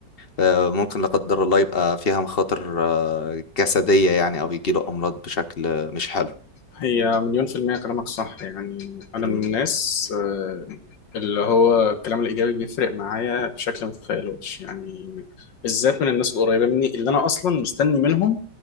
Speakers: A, on the left (about 45°); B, on the left (about 80°).
A: آه، ممكن لا قدر الله يبقى فيها مخاطر آه، جسدية يعني أو يجيله أمراض بشكل مش حلو
B: هي مليون في المية كلامك صح يعني أنا
A: مم.
B: من الناس آه، اللي هو الكلام الإيجابي بيفرق معايا بشكل ما تتخيلوش يعني بالذات من الناس القريبة مني اللي أنا أصلا مستني منهم